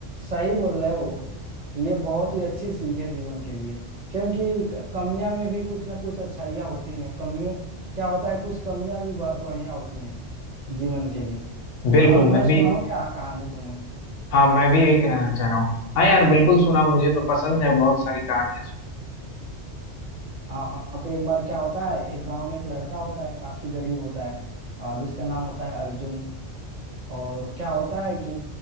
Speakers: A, on the right (about 45°); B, on the left (about 85°).
A: सही बोल रहे हो ये बहुत ही अच्छी सीख है जीवन के लिए क्योंकि क- कमियां में भी कुछ ना कुछ अच्छाइयाँ होती हैं कमियों क्या होता है कुछ कमियां भी ब- बढ़िया होती हैं जीवन के लिए
B: बिल्कुल
A: और मैं
B: मैं
A: सुनाऊं
B: भी
A: क्या कहानी तुम्हें
B: हाँ मैं भी यही कहना चाह रहा हूँ हाँ यार बिल्कुल सुनाओ मुझे तो पसंद है बहुत सारी कहानियां सुन
A: हाँ तो एक बार क्या होता है एक गांव में एक लड़का होता है काफी गरीब होता है अ, जिसका नाम होता है अर्जुन और क्या होता है कि